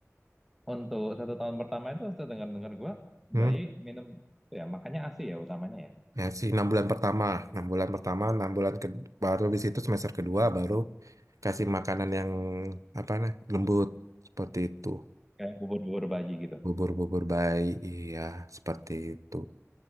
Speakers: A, in the centre; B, on the right.
A: untuk satu tahun pertama itu saya dengar-dengar gua
B: Hmm?
A: bayi minum ya makanya ASI ya utamanya ya.
B: ya sih enam bulan pertama enam bulan pertama enam bulan ke, baru di situ semester kedua baru kasih makanan yang apa nah lembut seperti itu
A: Kayak bubur-bubur bayi gitu.
B: bubur-bubur bayi iya seperti itu